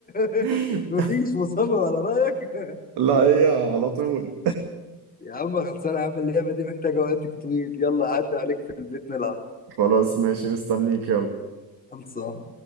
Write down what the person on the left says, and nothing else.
<laughs>
مفيش مصمم على رايك <laughs>
يا عم خلصانه يا عم اللعبه دي محتاجه وقت طويل يلا عدى عليك في البيت نلعب
خلصان